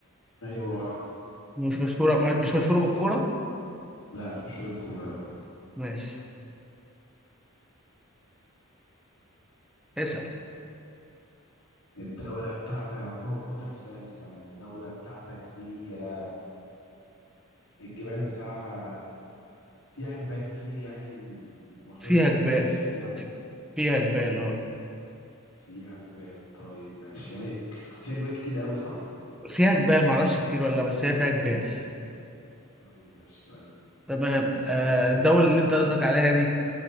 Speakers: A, on the left (about 80°); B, in the centre.
A: ايوه
B: مش مشهورة م- مش مشهورة بالكورة؟
A: لا مش بشرب كورة
B: ماشي اسأل
A: الدولة بتاعتك أنا بف- بفكر في سؤال السنة الدولة بتاعتك دي آه، الجبال بتاعها فيها جبال كتير يعني م- مشهورة
B: فيها
A: بالجبال
B: جبال
A: عشان فيها
B: في- فيها جبال اه
A: فيها جبال طيب ماشي يعني فيها جبال كتير قوي صح؟
B: فيها جبال معرفش كتير ولا بس هي فيها جبال
A: طيب ماشي استنى
B: تمام آه، الدولة اللي أنت قصدك عليها دي